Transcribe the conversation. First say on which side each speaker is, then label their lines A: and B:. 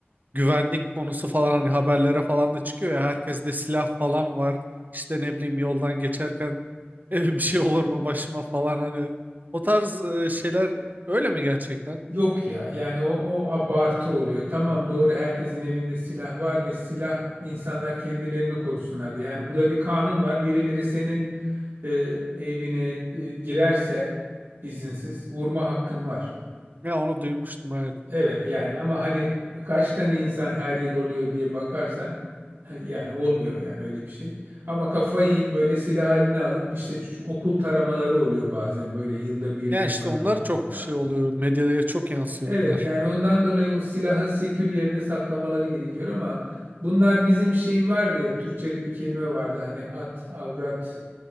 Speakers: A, on the right (about 45°); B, on the right (about 90°).
A: güvenlik konusu falan hani haberlere falan da çıkıyor ya herkes de silah falan var işte ne bileyim yoldan geçerken <laughs> e, bir şey olur mu başıma falan hani o tarz e, şeyler öyle mi gerçekten?
B: Yok ya yani o, o abartı oluyor. Tamam doğru herkesin evinde silah var ve silah insanlar kendilerini korusunlar diye. Yani burada bir kanun var. Birileri senin e, evine e, girerse izinsiz vurma hakkın var.
A: Ya onu duymuştum evet.
B: Evet yani ama hani e, kaç tane insan her yıl oluyor diye bakarsan <laughs> yani olmuyor yani öyle bir şey. Ama kafayı yiyip böyle silah eline alıp işte şu okul taramaları oluyor bazen böyle yılda bir
A: Yani
B: defa
A: işte onlar
B: iki
A: çok
B: defa.
A: şey oluyor medyada çok yansıyor
B: Evet
A: onlar.
B: yani ondan dolayı o silahı sekür yerde saklamaları gerekiyor ama bunlar bizim şey vardı ya Türkçe'de bir kelime vardı hani at, avrat